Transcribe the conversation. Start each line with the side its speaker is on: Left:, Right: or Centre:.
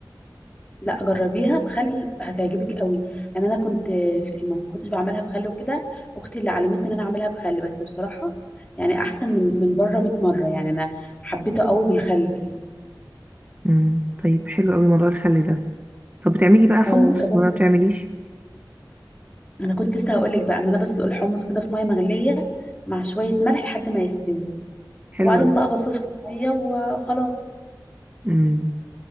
Left: لا جربيها بخل هتعجبك قوي يعني انا كنت في ما كنتش بعملها بخل وكده اختي اللي علمتني ان انا اعملها بخل بس بصراحه يعني احسن من من بره 100 مره يعني انا حبيته قوي بالخل
Right: امم طيب حلو قوي موضوع الخل ده طب بتعملي بقى
Left: اه
Right: حمص
Left: وكمان
Right: ولا ما بتعمليش
Left: انا كنت لسه هقول لك بقى ان انا بسلق الحمص كده في ميه مغليه مع شويه ملح لحد ما يستوي
Right: حلو
Left: وبعدين
Right: قوي
Left: بقى بصفي الميه وخلاص
Right: امم